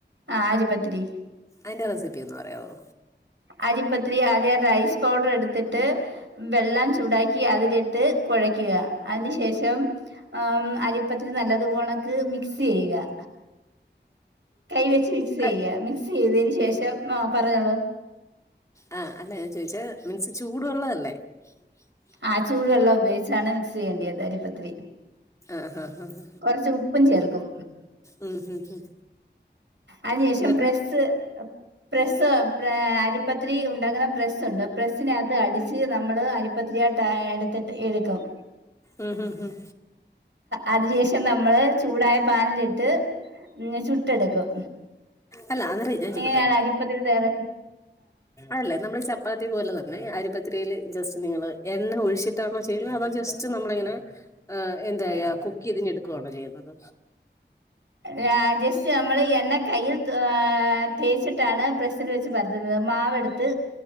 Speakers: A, on the right; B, on the left.
A: ആഹ് അരിപ്പത്തിരി
B: അതിന്റെ റെസിപ്പി ഒന്ന് പറയാമോ
A: അരിപ്പത്തിരി ആദ്യ റൈസ് പൗഡർ എടുത്തിട്ട് വെള്ളം ചൂടാ
B: ആ,
A: ക്കി അതിലിട്ട് കുഴയ്ക്കുക അതിനു ശേഷം ആ അരിപ്പത്തിരി നല്ലത് പോണക്ക് മിക്സ് ചെയ്യുക കൈ വെച്ച് മിക്സ്
B: ക
A: ചെയ്യക മിക്സ് ചെയ്തന് ശേഷം ആ പറഞ്ഞോളൂ
B: ആ അല്ല ഞാൻ ചോദിച്ചാൽ മീൻസ് ചൂടു വെള്ളതല്ലേ ഉ
A: ആഹ് ചൂടുവെള്ളം ഉപയോഗിച്ചാണ് മിക്സ് ചെയ്യേണ്ടിയത് അരിപ്പത്തിരി
B: ആഹ് ആഹ് ആഹ്
A: കൊറച്ച് ഉപ്പും ചേർക്കും
B: ഉം ഉം ഉം.
A: അതിന് ശേഷം
B: എന്നിട്ട്?
A: പ്രസ് പ്രസ് പ്ര അരിപ്പത്രി ഉണ്ടാക്കുന്ന പ്രസ്സ ഉണ്ട് പ്രസ്സിനകത്ത് അടിച്ച് നമ്മൾ അരിപ്പത്രി ആയിട്ട എടു എടുക്കും
B: ഉം ഹും ഹും
A: അതിന ശേഷം നമ്മള് ചൂടായ പാനിലിട്ട് ചുട്ടെടുക്കും
B: അല്ല അന്നര ഞാൻ ചോക്കട്ടെ
A: ഇങ്ങനെയാണ് അരിപ്പത്തിരി തയ്യാറാക്ക
B: അല്ല നമ്മൾ ചപ്പാത്തി പോലെ തന്നെ അരിപ്പത്തിരിയിൽ ജസ്റ്റ് നിങ്ങൾ എണ്ണ ഒഴിച്ചിട്ടാണോ ചെയ്യുന്നത് അതോ ജസ്റ്റ് നമ്മള ഇങ്ങനെ എന്ത
A: ആഹ്
B: ചെയ്യ കുക്ക് ചെയ്തടുക്കുകയാണോ ചെയ്യുന്നത്
A: രാ ജസ്റ്റ് നമ്മള് എണ്ണ കയ്യിൽ ആഹ തേച്ചിട്ടാണ് പ്രസില് വെച്ച് പരത്തുന്നത് മാവെടുത്ത്